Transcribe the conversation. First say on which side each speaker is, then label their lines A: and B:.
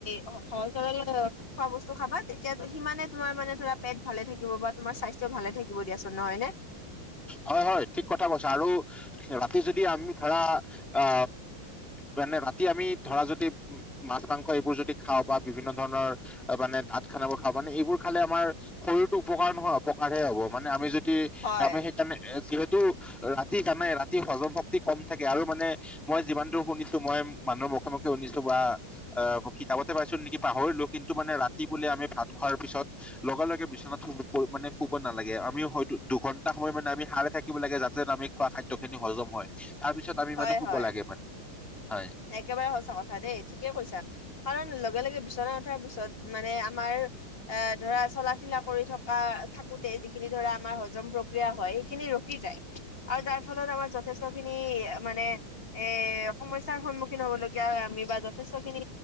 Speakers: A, on the left; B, in the centre.
A: স সহজ সৰল, খোৱা বস্তু খাবা তেতিয়া সিমানে তোমাৰ মানে ধৰা পেট ভালে থাকিব বা তোমাৰ স্বাস্থ্যও ভালে থাকিব দিয়াচোন নহয় নে।
B: হয় হয় ঠিক কথা কৈছা। আৰু ৰাতি যদি আমি ধৰা আ, মানে ৰাতি আমি ধৰা যদি মাছ মাংস এইবোৰ যদি খাওঁ বা বিভিন্ন ধৰণৰ। মানে ডাঠ খানাবোৰ খাব মানে এইবোৰ খালে আমাৰ। শৰীৰটো উপকাৰ নহয় অপকাৰহে হ'ব, মানে আমি যদি
A: হয়
B: আমি সেই তেনেকে এ যিহে তু ৰাতি জানাই ৰাতি হজম শক্তি কম থাকে আৰু মানে, মই যিমান দূৰ শুনিছো, মই মানুহৰ মুখে-মুখে শুনিছো বা অ, কিতাপতে পাইছো নেকি পাহৰিলো, কিন্তু মানে ৰাতি বোলে, আমি ভাত খোৱাৰ পিছত, লগে-লগে বিচনাতো শু মানে শুব নালাগে। আমিও হয়তো দুখন এটা সময় মানে আমি সাৰে থাকিব লাগে, যাতে আমি খোৱা খাদ্য খিনি হজম হয়। তাৰ পিছত আমি
A: হয়
B: মানে শুব
A: হয়
B: লাগে মানে। হয়
A: একেবাৰে সছা কথা দেই, ঠিকে কৈছা। কাৰণ লগে-লগে বিচনা উঠাৰ পিছত মানে আমাৰ, এ ধৰা, চলাফিলা কৰি থকা-থাকোতে যিখিনি ধৰা আমাৰ হজম প্ৰক্ৰিয়া হয়, সেইখিনি ৰখি যায় আৰু যাৰ ফলত আমাৰ যথেষ্ট খিনি মানে এ সমস্যা সমস্যাৰ সন্মুখীন হ'বলগীয়া, এ আমি বা যথেষ্ট খিনি